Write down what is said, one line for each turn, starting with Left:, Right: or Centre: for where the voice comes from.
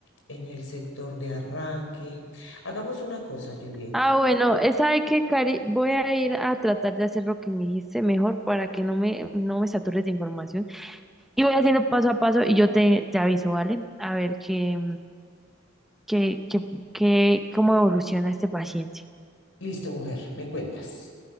Left: en el sector de arranque. Hagamos una cosa, Juliet.
Centre: Ah, bueno, eh, ¿sabe qué, Cari? Voy a ir a tratar de hacer lo que me dijiste mejor para que no me, no me satures de información. Y voy haciendo paso a paso y yo te, te aviso, ¿vale? A ver qué, qué, qué, qué, cómo evoluciona este paciente.
Left: Listo, mujer, me cuentas.